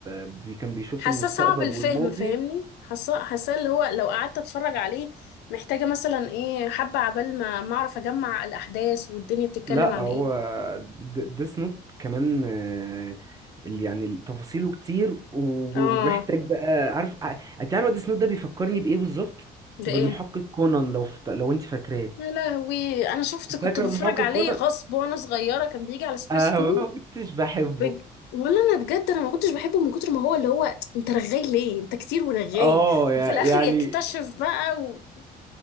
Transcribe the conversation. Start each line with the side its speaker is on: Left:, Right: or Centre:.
Right: بي كان بيشوف
Left: حاسه
Right: المستقبل
Left: صعب الفهم
Right: والماضي
Left: فاهمني حاسه حاسه اللي هو لو قعدت اتفرج عليه محتاجه مثلا ايه حبه عبال ما ما اعرف اجمع الاحداث والدنيا بتتكلم
Right: لا
Left: عن
Right: هو
Left: ايه
Right: ديس نوت كمان آه، اللي يعني تفاصيله كتير وب-
Left: اه
Right: وبيحتاج بقى عارف ع- انت عارفه ديس نوت ده بيفكرني بايه بالظبط
Left: ده
Right: بالمحقق
Left: ايه
Right: كونان لو فت... لو انت فاكراه
Left: يا لهوي انا شفت كنت
Right: فاكره
Left: بتفرج
Right: المحقق
Left: عليه
Right: كونان
Left: غصب وانا صغيره كان بيجي على سبيس
Right: انا
Left: تون
Right: ما كنتش بحبه
Left: بج... ولا انا بجد انا ما كنتش بحبه من كتر ما هو اللي هو انت رغاي ليه انت كتير ورغاي
Right: اه يع-
Left: وفي الاخر
Right: يعني
Left: يكتشف بقى و...